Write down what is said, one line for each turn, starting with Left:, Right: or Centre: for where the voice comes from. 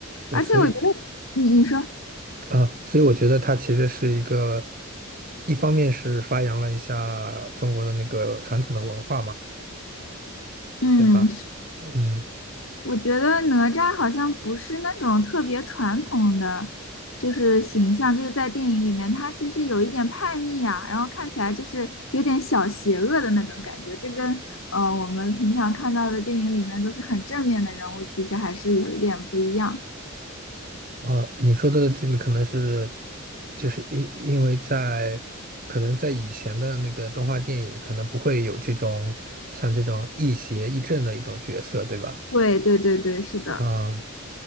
Right: 对，
Left: 而且我觉得你你说，
Right: 所以啊，所以我觉得它其实是一个，一方面是发扬了一下中国的那个传统的文化嘛，
Left: 嗯。
Right: 对吧？嗯，
Left: 我觉得哪吒好像不是那种特别传统的，就是形象，就是在电影里面，他其实有一点叛逆啊，然后看起来就是有点小邪恶的那种感觉。这跟呃我们平常看到的电影里面都是很正面的人物，其实还是有一点不一样。
Right: 呃，你说的这个可能是，就是因因为在可能在以前的那个动画电影，可能不会有这种像这种亦邪亦正的一种角色，对吧？
Left: 对对对对，是的，
Right: 啊，